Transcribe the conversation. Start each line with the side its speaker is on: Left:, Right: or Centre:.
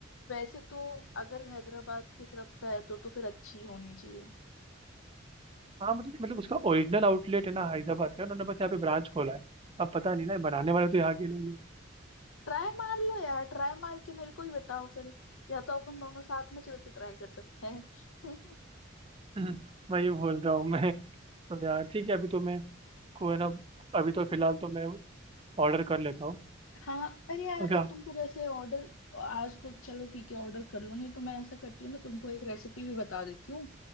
Left: वैसे तो अगर हैदराबाद की तरफ का है तो तो फिर अच्छी होनी चाहिए
Right: हाँ मतलब मतलब उसका ओरिजिनल आउटलेट है ना हैदराबाद का उन्होंने बस यहाँ पे ब्रांच खोला है अब पता नहीं ना ये बनाने वाले तो यहाँ के लोग ही
Left: ट्राई मार लो यार ट्राई मार के मेरे को ही बताओ फिर या तो अपन दोनों साथ में चल के ट्राई कर सकते हैं <laughs>
Right: हैं। <laughs> वही बोल रहा हूँ मैं तो यार ठीक है अभी तो मैं को है ना अभी तो फिलहाल तो मैं ऑर्डर कर लेता हूँ
Left: हाँ अरे यार
Right: अच्छा
Left: अगर तुमको जैसे ऑर्डर आज तो चलो ठीक है ऑर्डर कर लो नहीं तो मैं ऐसा करती हूँ ना तुमको एक रेसिपी भी बता देती हूँ